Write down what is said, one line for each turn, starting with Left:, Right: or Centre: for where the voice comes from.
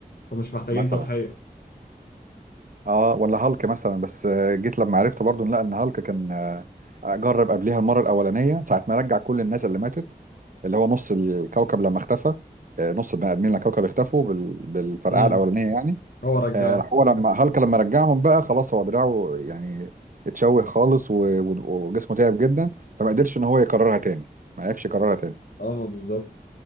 Left: فمش محتاجين
Right: مثلا
Left: تضحية
Right: اه ولا هالك مثلا بس آه، جيت لما عرفت برضو إن لا ان هالك كان آه، جرب قبليها المره الاولانيه ساعه ما رجع كل الناس اللي ماتت اللي هو نص الكوكب لما اختفى آه، نص البني ادمين اللي على الكوكب اختفوا بال- بالفرقعه
Left: امم
Right: الاولانيه يعني
Left: هو رجعه
Right: آه، راح هو لما هالك لما رجعهم بقى خلاص هو دراعه يعني اتشوه خالص و- و- وجسمه تعب جدا فما قدرش ان هو يكررها تاني ما عرفش يكررها تاني
Left: اه ما بالظبط